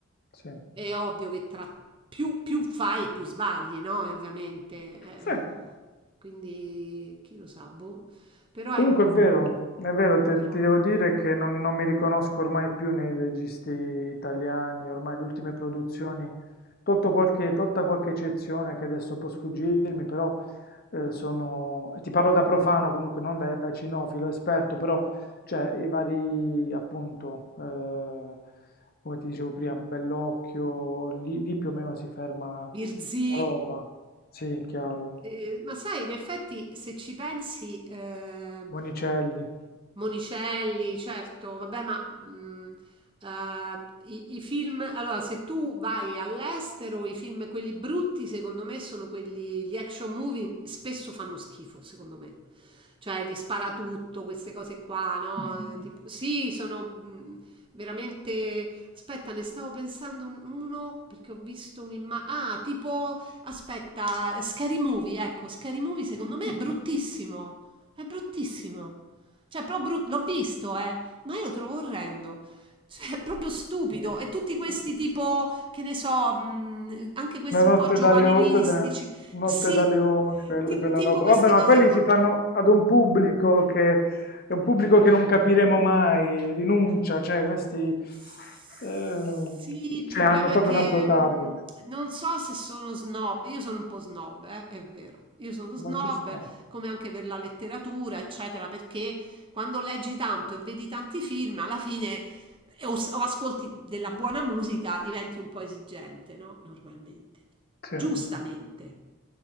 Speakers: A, on the left (about 45°); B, on the right (about 25°).
A: Sì.
B: è ovvio che tra più, più fai e più sbagli, no? E Ovviamente. eh,
A: Sì.
B: quindi chi lo sa, boh. Però
A: Comunque
B: ecco,
A: è vero, è vero, te-
B: però,
A: ti devo dire che non, non mi riconosco ormai più nei registi italiani, ormai le ultime produzioni, tolto qualche, tolta qualche eccezione che adesso può sfuggirmi, però eh, sono, e ti parlo da profano comunque, non da, da cinofilo esperto, però cioè, i vari appunto, eh, come ti dicevo prima, Bellocchio, lì, lì più o meno si ferma
B: Virzì,
A: la roba, sì, chiaro,
B: Eh, ma sai, in effetti, se ci pensi, eh,
A: Monicelli.
B: Monicelli, certo, vabbè, ma mh, eh, i, i film, allora se tu vai all'estero, i film, quelli brutti, secondo me, sono quelli, gli action movie spesso fanno schifo, secondo me. Cioè, gli spara tutto, queste cose qua, no? Eh, tipo- sì, sono mh, veramente... Aspetta, ne stavo pensando un- uno perché ho visto un'immagine... Ah, tipo... Aspetta, Scary Movie, ecco, Scary Movie secondo me è bruttissimo. È bruttissimo. Cioè, però brut- l'ho visto, eh, ma io lo trovo orrendo. Cioè, è proprio stupido. E tutti questi tipo, che ne so, mh, anche questi
A: Una
B: un
A: notte
B: po' giovanilistici.
A: da leone, cos'è? Notte
B: Sì,
A: da leoni, quel-
B: ti-
A: quella
B: tipo
A: roba.
B: queste
A: Vabbè, ma
B: cose
A: quelli
B: qua.
A: si fanno ad un pubblico che è un pubblico che non capiremo mai, rinuncia, cioè questi
B: Sì,
A: ehm,
B: il
A: cioè,
B: problema
A: hanno proprio
B: è che
A: un altro
B: mh,
A: target.
B: non so se sono snob, io sono un po' snob, eh, è vero, io sono Mm. snob,
A: Ma ci sta.
B: come anche per la letteratura, eccetera, perché quando leggi tanto e vedi tanti film, alla fine eh, o, s- o ascolti della buona musica, diventi un po' esigente, no? Normalmente, Sì.
A: Sì.
B: giustamente.